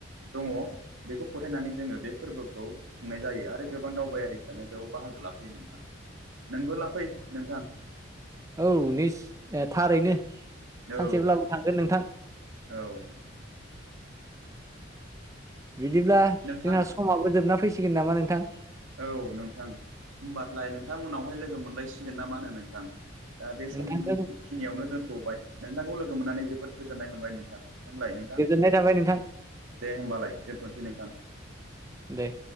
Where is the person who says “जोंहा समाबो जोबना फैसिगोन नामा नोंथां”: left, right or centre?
Right